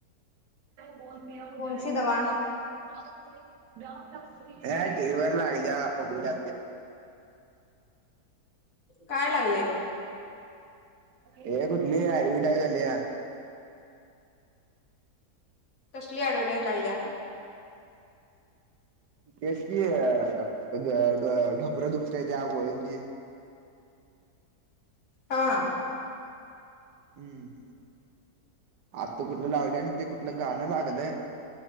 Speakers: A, on the right (about 85°); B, on the left (about 60°).
A: बोन पिरा
B: कोणसी
A: वो जडी
B: दवा
A: बुटी है जिससे <unintelligible> टीव्ही वर लाग बोला
B: काय लागले
A: हे कुठली ॲडव्हर्टायज आलिया
B: कसली ऍडव्हटाईज लाढली
A: तेच की अ ढो ढोबरं दुखत त्या गोळींची
B: हा
A: हम्म आत्ता कुठलं लावलं आणि ते कुठलं गाणं लाग अबे